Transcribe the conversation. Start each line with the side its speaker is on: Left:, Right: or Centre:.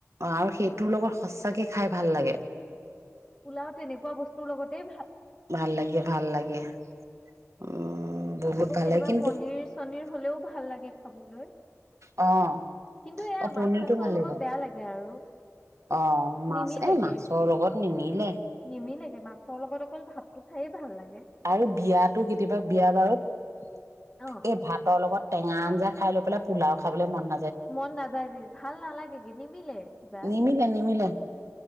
Right: আৰু সেইটোৰ লগত সচাকে খাই ভাল লাগে
Left: পোলাও তেনেকুৱা বস্তুৰ লগতে
Right: ভাল লাগে ভাল লাগে উম বহুত
Left: আকৌ
Right: ভাল
Left: কেতিয়াবা
Right: লাগে কিন্তু
Left: পনিৰ চনিৰ হলেও ভাল লাগে খাবলৈ
Right: অ অ
Left: কিন্তু এয়া মাছ
Right: পনিৰটো
Left: চাছৰ
Right: ভাল
Left: লগত
Right: লাগিব
Left: বেয়া লাগে আৰু
Right: অ মাছ
Left: নিমিলেগে।
Right: এ মাছৰ লগত নিমিলে
Left: নিমিলেগে মাছৰ লগত অকল ভাতটো খাইে ভাল লাগে
Right: আৰু বিয়াতো কেতিয়াবা বিয়া বাৰুত
Left: অ'।
Right: এই ভাতৰ লগত টেনগা আঞ্জআঁ খায় লৈ পেলে পোলাও খাবলৈ মন যায়
Left: মন নাযায় দে ভাল নালাগে কি নিমিলে কিবা
Right: নিমিলে নিমিলে